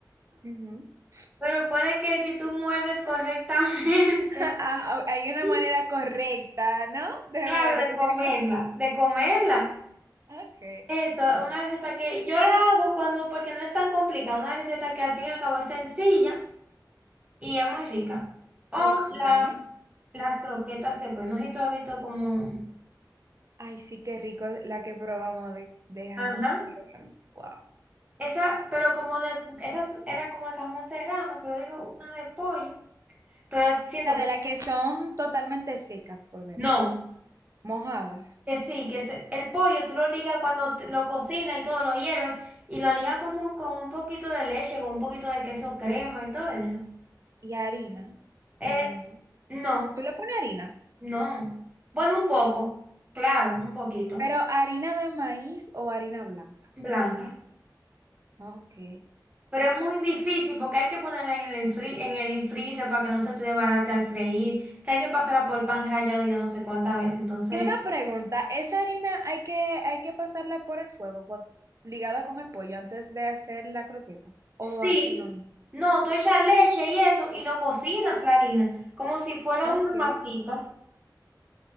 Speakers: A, on the right (about 45°); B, on the right (about 20°).
A: Ujú. <laughs>
B: Pero puede que si tú muerdes correctamente.
A: Ah, ah, Hay una
B: <laughs>
A: manera correcta, ¿no? De
B: Claro,
A: morder.
B: de
A: <laughs>
B: comerla, de comerla.
A: Ok.
B: Eso es una receta que yo la hago cuando, porque no es tan complicada, una receta que al fin y al cabo es sencilla y es muy rica. O
A: ¿Y extraña?
B: la, las croquetas de pollo, no sé si tú has visto como...
A: Ay, sí, qué rico la que probamos de, de jamón
B: Ajá.
A: serrano. Wow.
B: Esa, pero como de, esas era como de jamón serrano, pero yo digo una de pollo, pero siento
A: La de
B: que...
A: la que son totalmente secas por dentro,
B: No,
A: mojadas.
B: Que sí, que se- el pollo tú lo ligas cuando te- lo cocinas y todo, lo hierves y lo ligas como con un poquito de leche, con un poquito de queso crema y todo eso.
A: Y harina,
B: Eh,
A: me imagino.
B: no,
A: Tú le pones harina,
B: no. Bueno, un poco, claro, un poquito,
A: pero harina de maíz o harina blanca.
B: blanca.
A: Ok.
B: Pero es muy difícil porque hay que ponerla en el fri- en el freezer para que no se te desbarate al freír, que hay que pasarla por pan rallado yo no sé cuántas veces. Entonces,
A: Y una pregunta, ¿esa harina hay que, hay que pasarla por el fuego cu- ligada con el pollo antes de hacer la croqueta? ¿O
B: sí,
A: así no?
B: no, tú echas leche y eso y lo cocinas la harina, como si fuera
A: Ok.
B: una masita.